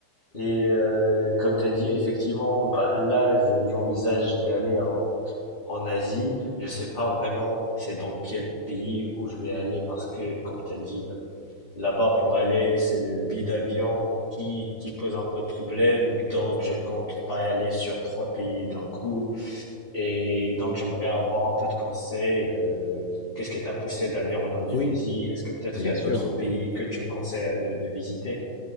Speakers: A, on the left; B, on the left.
A: Et euh, comme tu as dit, effectivement, bah, là, je- j'envisage d'aller en, en Asie. Je sais pas vraiment c'est dans quel pays où je vais aller parce que, comme tu as dit, euh, là-bas pour aller, c'est le billet d'avion qui, qui pose un peu problème. Donc, je compte pas aller sur trois pays d'un coup et donc, j'aimerais avoir un peu de conseils. euh, qu'est-ce qui t'a poussé d'aller en Indonésie?
B: Oui,
A: Est-ce que peut-être
B: bien
A: il y a d'autres
B: sûr.
A: pays que tu me conseilles de, de visiter?